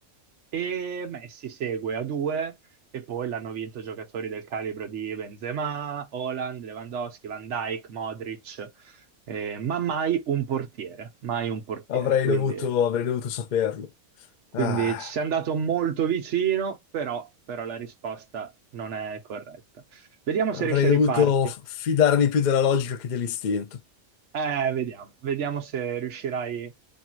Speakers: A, on the right; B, on the left.
A: e Messi segue a due, e poi l'hanno vinto giocatori del calibro di Benzema, Haaland, Lewandowski, Van Dijk, Modric, eh, ma mai un portiere, mai un portiere,
B: Avrei
A: quindi...
B: dovuto, avrei dovuto saperlo.
A: Quindi
B: Ah,
A: ci sei andato molto vicino, però, però la risposta non è corretta. Vediamo se
B: avrei
A: riesci a
B: dovuto
A: riparti.
B: f- fidarmi più della logica che dell'istinto.
A: Eh, vediamo, vediamo se riuscirai